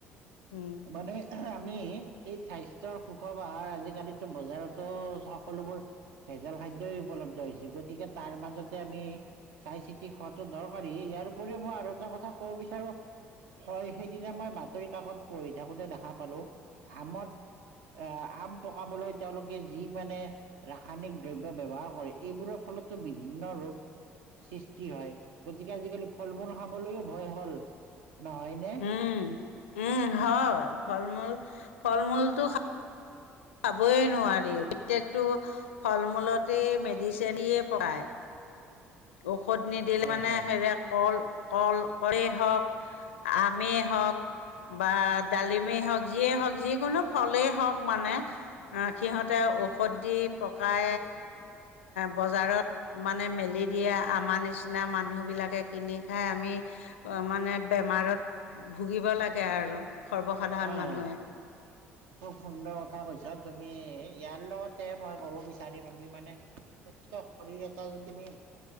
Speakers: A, on the left; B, on the right.
A: উম
B: মানে আমি এই স্বাস্থ্যৰ সুখত আজিকালিতো বজাৰতো সকলোবোৰ ভেজাল খাদ্যই উপলব্ধ হৈছে গতিকে তাৰ মাজতে আমি চাই চিতি খোৱাাতটো দৰকাৰী ইয়াৰ উপৰিও মই আৰু এটা কথা কব বিচাৰো হয় সেইদিনা মই বাতৰি কাকত পঢ়ি থাকোতে দেখা পালো আমত আহ আম পকাবলৈ তেওঁলোকে যি মানে ৰাসায়নিক দ্ৰব্য ব্যৱহাৰ কৰে এইবোৰৰ ফলতো বিভিন্ন ৰোগ সৃষ্টি হয় গতিকে আজিকালি ফল মূল খাবলৈয়ও ভয় হ'ল নহয়নে
A: উম উম হয় ফল মূল ফল মূলটো খাবই নোৱাৰি প্ৰত্যেকটো ফল মূলতেই মেডিচিনিয়ে পায় অ ঔষধ নিদিলে
B: হয়
A: মানে
B: হয়
A: হেৰে কল কল কয়েই হওক আমেই হওক বা ডালিমেই হওক যিয়েই হওক যিকোনো ফলেই হওক মানে সিহঁতে ঔষধ দি পকাই বজাৰত মানে মেলি দিয়ে আমাৰ নিচিনা মানুহ বিলাকে কিনি খাই আমি মানে বেমাৰত ভুগিব লাগে আৰু সৰ্বসাধাৰণ
B: হয়
A: মানুহে
B: হয় খুব সুন্দৰ কথা কৈছা তুমি ইয়াৰ লগত মই ক'ব বিচাৰিম আমি মানে স শৰীৰ এটা যদি আমি